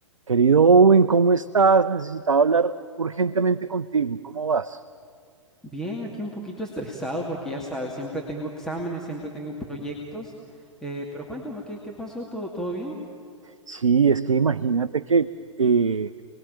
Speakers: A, on the right; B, in the centre.
A: Querido Owen, ¿cómo estás? Necesitaba hablar urgentemente contigo. ¿Cómo vas?
B: Bien, aquí un poquito estresado porque ya sabes, siempre tengo exámenes, siempre tengo proyectos, eh, pero cuéntame, ¿qué, qué pasó? ¿Todo, todo bien?
A: Sí, es que imagínate que eh,